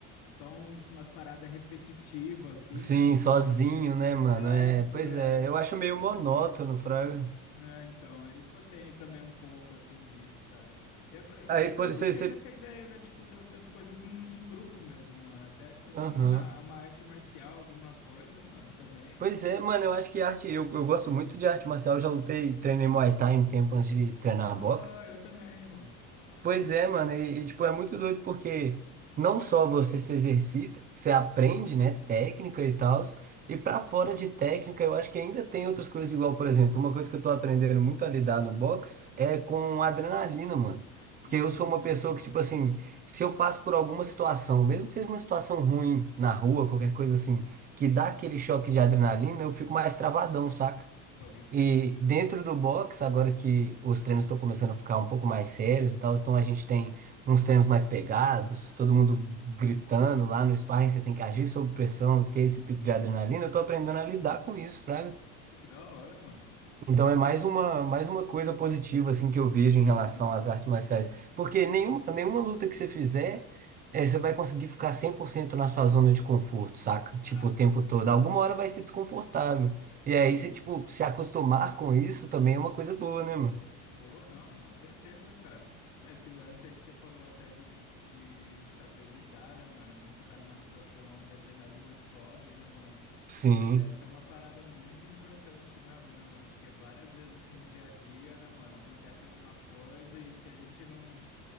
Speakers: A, on the left; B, on the right.
A: só uns, umas paradas repetitivas, assim,
B: Sim,
A: né, mano?
B: sozinho, né, mano?
A: É,
B: É,
A: tipo,
B: pois
A: é,
B: é,
A: é-
B: eu acho
A: essa
B: meio monótono,
A: que é a pira.
B: Fraga.
A: É, então, é isso que eu tenho também um pouco, assim, disso, cara. E, ago- e
B: Aí,
A: até
B: por
A: eu gostei
B: isso aí você.
A: dessa ideia da, tipo, da- das coisas em, em grupo mesmo, mano. Até, tipo assim,
B: Aham.
A: uma, uma arte marcial, alguma coisa, mano, também.
B: Pois
A: É...
B: é, mano, eu acho que arte. Eu, eu gosto muito de arte marcial. Eu já lutei, treinei Muay Thai um tempo antes de treinar
A: Ó,
B: boxe.
A: eu também, irmão. Olha
B: Pois
A: só
B: é,
A: que
B: mano,
A: fita.
B: e, e, tipo, é muito doido porque não só você se exercita, você aprende, né, técnica e tal, e pra fora de técnica eu acho que ainda tem outras coisas igual, por exemplo, uma coisa que eu tô aprendendo muito a lidar no box é com adrenalina, mano.
A: Hum,
B: Porque eu sou uma pessoa que, tipo assim, se eu passo por alguma situação, mesmo que seja uma situação ruim na rua, qualquer coisa assim,
A: sim,
B: que dá aquele choque de adrenalina, eu fico mais travadão, saca?
A: pode crer.
B: E dentro do box, agora que os treinos estão começando a ficar um pouco mais sérios e tal, então a gente tem uns treinos mais pegados, todo mundo
A: Sim.
B: gritando lá no sparring, você tem que agir sob pressão, ter esse pico de adrenalina. Eu tô aprendendo a lidar com isso, Fraga.
A: Pô, que da hora, mano.
B: Então
A: Pô,
B: é mais uma, mais uma coisa positiva assim que eu vejo
A: sim.
B: em relação às artes marciais, porque nenhuma, nenhuma luta que você fizer, eh, você vai conseguir ficar 100% na sua zona de conforto, saca? Tipo,
A: Ah,
B: o
A: não,
B: tempo todo.
A: é.
B: Alguma hora vai ser desconfortável. E
A: Sim.
B: aí você, tipo, se acostumar com isso também é uma coisa boa, né, mano?
A: Pô, não, com certeza, cara. Esse lance aí que você falou até de, de saber lidar, né, mano? Quando você tá numa situação onde a adrenalina sobe, né, mano?
B: Sim,
A: Essa é uma parada muito importante mesmo, né, mano? Porque várias vezes, assim, no dia a dia, né, mano, acontece alguma coisa e se a gente não,